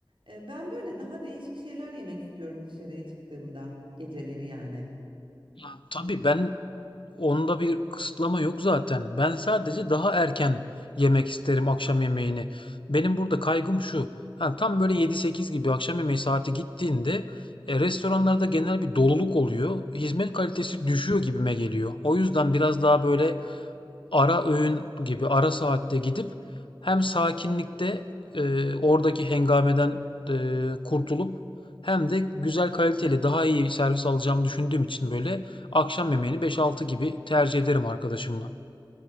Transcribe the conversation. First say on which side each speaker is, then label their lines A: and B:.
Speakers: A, on the right (about 80°); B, on the left (about 80°).
A: E, ben böyle daha değişik şeyler yemek istiyorum dışarıya çıktığımda geceleri yani.
B: Ya tabii ben Onda bir kısıtlama yok zaten. Ben sadece daha erken yemek isterim akşam yemeğini. Benim burada kaygım şu. Ha, tam böyle yedi sekiz gibi akşam yemeği saati gittiğinde e, restoranlarda genel bir doluluk oluyor. Hizmet kalitesi düşüyor gibime geliyor. O yüzden biraz daha böyle ara öğün gibi ara saatte gidip hem sakinlikte e, oradaki hengameden e, kurtulup hem de güzel kaliteli daha iyi servis alacağımı düşündüğüm için böyle akşam yemeğini beş altı gibi tercih ederim arkadaşımla.